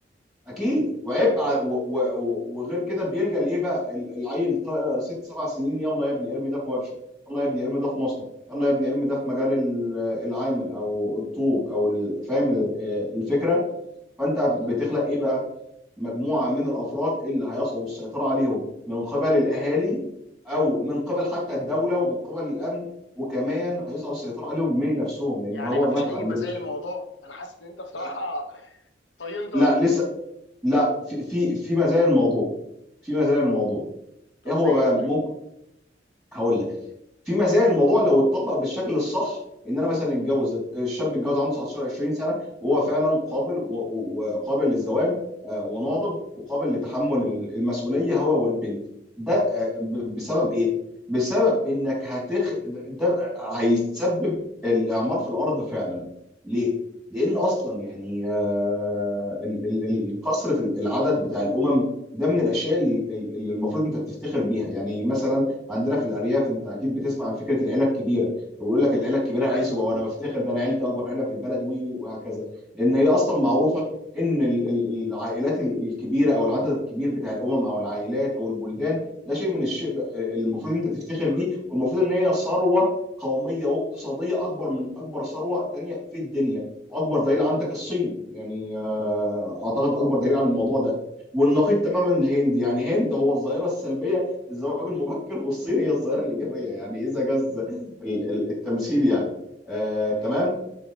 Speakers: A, in the centre; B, on the left (about 70°).
A: اكيد وعيب ع- و... و... و- وغير كده بيلجأ لايه بقى ال- العيل ط- ست سبع سنين يلا يا ابني ارمي ده في ورشه يلا يا ابني ارمي ده في
B: مم.
A: مصنع يلا يا ابني ارمي ده في مجال ال- العامل او الطوب او ال- فاهم ال- آه، الفكره فانت بتخلق
B: مم.
A: ايه بقى مجموعة من الأفراد اللي هيصعب السيطرة عليهم من قبل الأهالي أو من قبل حتى الدولة ومن قبل الأمن وكمان هيصعب السيطرة عليهم من نفسهم لأن
B: يعني
A: هو
B: مفيش
A: ما اتعلمش
B: اي مزايا الموضوع انا حاسس ان انت بصراحه
A: لا
B: طينت
A: لا
B: قوي في
A: لسه
B: وشي.
A: لا في في في مزايا الموضوع في مزايا الموضوع
B: طب
A: إيه هو
B: زي
A: بقى
B: ايه طيب
A: ممكن هقول لك في مزايا الموضوع لو اتطبق بالشكل الصح ان انا مثلا اتجوز الشاب اتجوز عنده 19 20 سنه وهو فعلا قابل و- و- وقابل للزواج آه، وناضج وقابل لتحمل ال- المسؤوليه هو والبنت ده آه، ب- بسبب ايه؟ بسبب انك هتخ ده هيسبب الاعمار في الارض فعلا ليه؟ لان اصلا يعني آه، ال- ال- ال- كثره العدد بتاع الامم ده من الاشياء اللي اللي المفروض انت بتفتخر بيها يعني مثلا عندنا في الارياف انت اكيد بتسمع عن فكره العيله الكبيره ويقول لك العيله
B: امم
A: الكبيره
B: العزوه
A: عزوه وانا بفتخر ده انا عيلتي اكبر عيله في البلد وي وهكذا
B: بالظبط
A: لان هي اصلا معروفه ان ال- ال- العائلات ال- الكبيره او العدد الكبير بتاع الامم او العائلات او البلدان ده شيء من الشيء ب- المفروض انت تفتخر
B: فخر
A: بيه والمفروض ان هي ثروه قوميه واقتصاديه اكبر من اكبر ثروه تانيه في الدنيا واكبر دليل عندك
B: صح
A: الصين يعني آه، اعتقد اكبر دليل على الموضوع ده والنقيض تماما الهند يعني هند هو الظاهره السلبيه الزواج المبكر والصين هي الظاهرة الإيجابية يعني إذا جاز ال- ال- التمثيل يعني آه،
B: صحيح
A: تمام